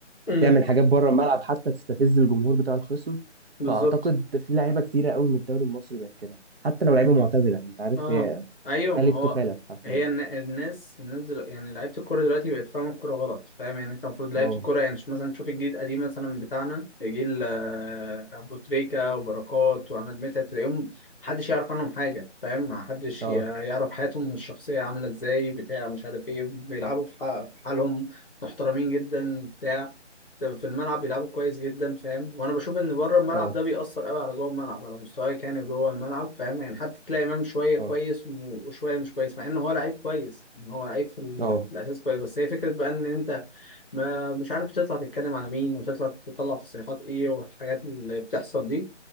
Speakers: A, on the left; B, on the right.
A: امم
B: تعمل حاجات بره الملعب حتى تستفز الجمهور بتاع الخصم
A: بالظبط
B: فاعتقد في لعيبه كتيره قوي من الدوري المصري بقت كده حتى لو لعيبه معتزله انت عارف
A: اه
B: هي
A: ايوه
B: تلف
A: ما هو
B: تخالف حرفيا
A: هي الن- الناس الناس دلوقتي يعني لعيبه الكوره دلوقتي بقت فاهمه الكوره غلط فاهم يعني انت المفروض لعيبه
B: اه
A: الكوره يعني مش مثلا تشوف الجيل القديم مثلا بتاعنا جيل آه، ابو تريكه وبركات وعماد متعب تلاقيهم محدش يعرف عنهم حاجه فاهم محدش
B: اه
A: ي- يعرف حياتهم الشخصيه عامله ازاي بتاع مش عارف ايه بيلعبوا في ح- في حالهم محترمين جدا بتاع في الملعب بيلعبوا كويس جدا فاهم وانا بشوف ان بره الملعب
B: اه
A: ده بيأثر قوي على جوه الملعب على مستواك يعني جوه الملعب فاهم يعني حتى تلاقي امام شويه كويس
B: اه
A: وم- وشويه مش كويس مع ان هو لعيب كويس ان هو لعيب في, ال...
B: اه
A: في الاساس كويس بس هي فكره بقى ان انت ما مش عارف بتطلع تتكلم على مين وتطلع تطلع تصريحات ايه والحاجات اللي بتحصل دي